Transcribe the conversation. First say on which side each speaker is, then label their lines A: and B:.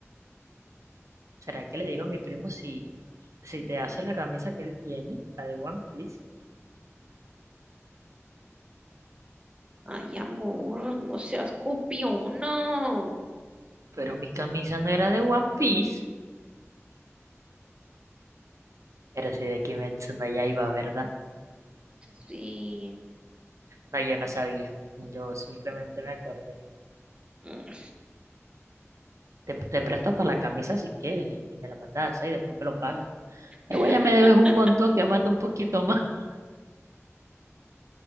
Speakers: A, on the right; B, on the right.
A: ¿Será que le digo a mi primo si, si te hace la camisa que él tiene, la de One Piece?
B: Ay, amor, no seas copiona.
A: Pero mi camisa no era de One Piece. Pero sí de Kimetsu no iba, ¿verdad?
B: Sí.
A: No, yo no sabía. Yo simplemente me acordé.
B: Mm.
A: Te, te presto para la camisa si quieres y, y me la mandas y después me lo pagas. Igual
B: <laughs>
A: ya me debes un montón, que manda un poquito más. <laughs>